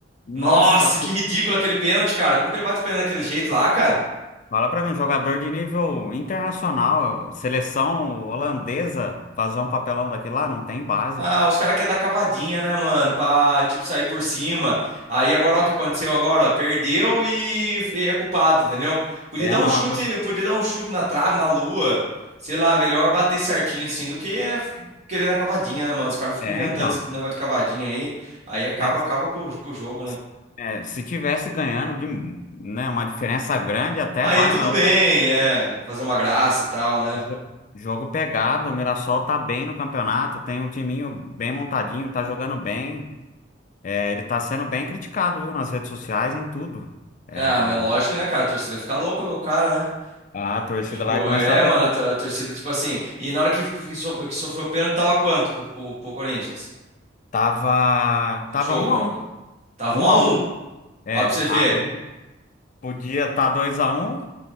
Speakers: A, on the left; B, on the right.
A: nossa,
B: Nossa, que ridículo aquele pênalti, cara. Como que ele bate o pênalti daquele jeito lá, cara?
A: pô, fala para mim, um jogador de nível internacional, seleção holandesa, fazer um papelão daquele lá, não tem base.
B: Ah, os caras querem dar cavadinha, né, mano? Pra, tipo, sair por cima. Aí agora, ó, o que aconteceu agora? Ó, Perdeu e, e é culpado, entendeu? Podia
A: É,
B: dar
A: não,
B: um chute,
A: a tro-
B: podia dar um chute na trave, na lua. Sei lá, melhor bater certinho assim do que querer dar cavadinha, né, mano? Os caras ficam
A: é,
B: inventando
A: então.
B: esse negócio de cavadinha aí. Aí acaba,
A: É,
B: acaba com, o- com o jogo, né?
A: se, é, se tivesse ganhando de, né, uma diferença grande, até
B: Aí
A: vai,
B: tudo
A: mas
B: bem,
A: o
B: é. Fazer uma graça
A: jo-
B: e tal, né?
A: jo- jogo pegado, o Mirassol tá bem no campeonato, tem um timinho bem montadinho, tá jogando bem. É, Ele tá sendo bem criticado, viu, nas redes sociais, em tudo.
B: Ah,
A: É,
B: mas lógico, né, cara? A torcida fica louca com o cara, né?
A: A torcida
B: Tipo,
A: vai começar
B: é,
A: a... pe-
B: mano, a, to- a torcida, tipo assim. E na hora que, que, so- que sofreu o pênalti, tava quanto pro, pro, pro Corinthians?
A: Tava...
B: No
A: Tava
B: jogo,
A: um
B: na
A: a
B: verdade.
A: um.
B: Tava
A: Um
B: um a
A: a
B: um.
A: um. É,
B: Ó, pra você ver.
A: aí podia estar dois a um